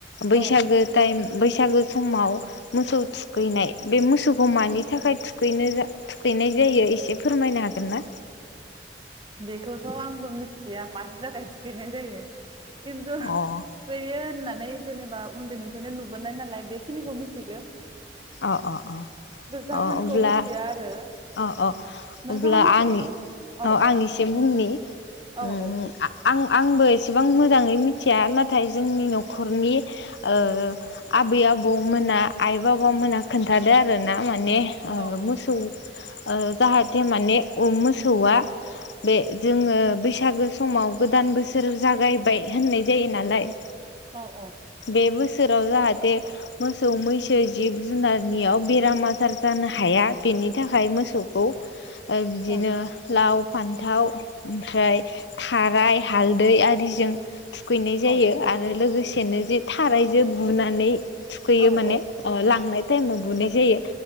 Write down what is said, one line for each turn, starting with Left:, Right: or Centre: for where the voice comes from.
Left: बैसागो
Right: औ
Left: टाइम। बैसागो समाव मोसौ थुखैनाय बे मोसौखौ मानि थाखाय थुखैनो जा थुखैनाय जायो एसे फोरमायनो हागोनना?
Right: बेथ'। थ' आंबो मिथिया मानि नाथाय थुखैनाय जायो। खिनथु
Left: अ
Right: थुखैयो होनना। नै जेनेबा उन्दैनिफायनो नुबोनाय नालाय बेखिनिखो मिनथिगो।
Left: अ अ अ
Right: जाहोनखौ
Left: अ अब्ला
Right: मिथिया आरो
Left: अ अ‌ अ
Right: नोंथाङा
Left: अब्ला
Right: मिथिगौ
Left: आंनि
Right: नामा औ
Left: अ आंनि से बुंनि
Right: औ
Left: उम
Right: औ बुं
Left: आ-आं आंबो इसेबां मोजाङै मिथिया नाथाय जोंनि न'खरनि ओ आबै आबौमोना आइ बाब बा मोना खोन्थादो आरोना मान ने ओ
Right: औ
Left: मोसौ
Right: औ
Left: ओ जाहाथे माने उम मोसौआ बे जोङो बैसागो समाव गोदान बोसोर जागायबाय होननाय जायो नालाय‌।
Right: औ औ।
Left: बे बोसोराव जाहाथे मोसौ मैसो जिब जुनारनियाव बेराम आजार जानो हाया बेनि थाखाय मोसौखौ। ओ बिदिनो
Right: औ
Left: लाव फान्थाव ओमफ्राय थाराय हालदै आरिजों थुखैनाय जायो
Right: औ
Left: आरो लोगो सेनो जे थारैजो बुनानै। थुखैयो
Right: औ
Left: माने। अ लांनाय टाइमाव बुनाय जायो